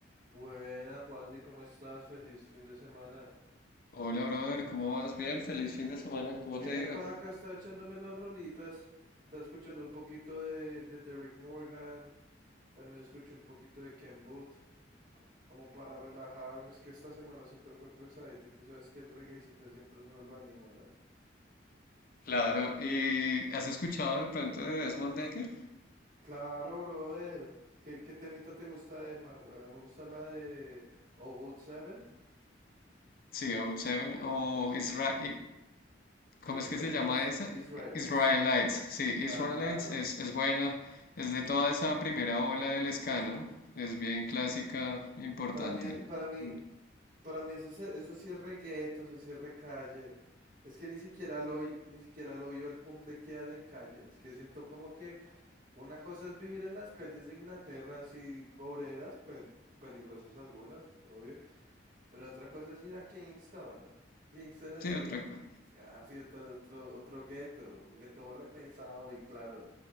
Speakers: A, on the right; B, on the left.
A: Buenas, Juandy, ¿cómo estás? Feliz fin de semana.
B: Hola, brother, ¿cómo vas? Bien, feliz fin de semana, ¿cómo
A: Bien,
B: te digo?
A: pa, acá está echándome las rolitas. Está escuchando un poquito de, de Derek Morgan. También escuché un poquito de Ken Booth. Como para relajarme, es que esta semana siempre fue pesadita y tú sabes que el reguecito siempre uno lo anima, ¿no?
B: Claro, ¿y has escuchado de pronto de Desmond Decker?
A: Claro, brother. ¿Qué, qué temita te gusta del man, weón? Me gusta la de 007
B: co Seven o
A: o
B: Israel, ¿cómo
A: Israelites.
B: es que se llama esa?
A: Israelites.
B: Israelites, sí, Israelites
A: Claro.
B: es, es buena, es de toda esa primera ola del ska, ¿no? Es bien clásica, importante.
A: Para mí, para mí,
B: Mm,
A: Para mí eso, es- eso sí es reggaeto, eso sí es recalle. Es que ni siquiera lo oí, ni siquiera lo oí o el punk le quedan en calle. Es que siento como que una cosa es vivir en las calles de Inglaterra, así obreras, pe- peligrosas algunas, obvio. Pero otra cosa es ir a Kingston. Kingston así,
B: Sí, otra cosa.
A: ah, otro, otro, otro gueto, un gueto re pesado y claro.